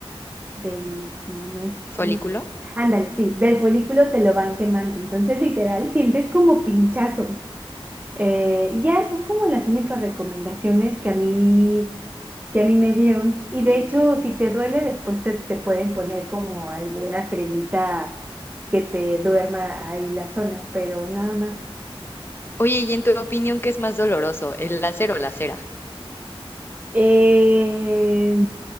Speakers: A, on the right; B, on the left.
A: del, no, no es,
B: folículo.
A: no Ándale, sí, del folículo te lo van quemando, entonces literal sientes como pinchazos. Eh, y ya son como las únicas recomendaciones que a mí, que a mí me dieron. Y de hecho, si te duele, después te, te pueden poner como alguna cremita que te duerma ahí la zona, pero nada más.
B: Oye, ¿y en tu opinión qué es más doloroso, el láser o la cera?
A: Eh,